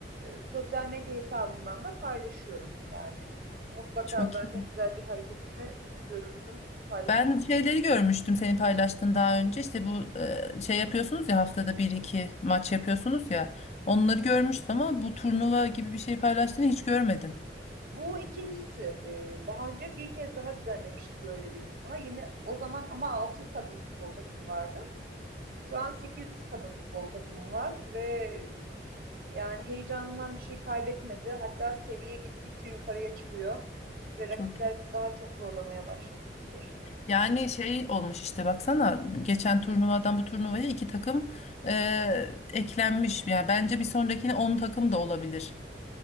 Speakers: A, on the right (about 50°); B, on the left (about 35°).
A: e, sosyal medya hesabımdan da paylaşıyorum. Yani mutlaka
B: Çok
A: zaten
B: iyi.
A: güzel bir hareketimi görürsün paylaşmadan
B: Ben şeyleri görmüştüm senin paylaştığın daha önce işte bu e, şey yapıyorsunuz ya haftada bir iki maç yapıyorsunuz ya onları görmüştüm ama bu turnuva gibi bir şey paylaştığını hiç görmedim.
A: Bu ikincisi. Ee, daha önce bir kez daha düzenlemiştik böyle bir turnuva. Yine o zaman ama 6 kadın futbol takımı vardı. Şu an 8 kadın futbol takımı var ve e, yani heyecanından bir şey kaybetmedi. Hatta seviye gittikçe yukarıya çıkıyor ve rakipler
B: Çok iyi.
A: bizi daha çok zorlamaya başladı bu süreçte.
B: Yani şey olmuş işte baksana geçen turnuvadan bu turnuvaya iki takım e, eklenmiş. Yani bence bir sonrakine 10 takım da olabilir.